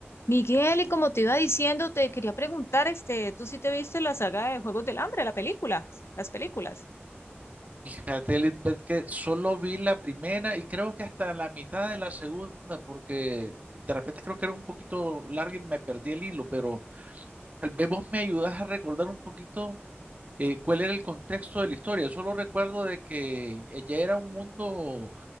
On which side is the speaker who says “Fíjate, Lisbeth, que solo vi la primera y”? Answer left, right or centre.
Right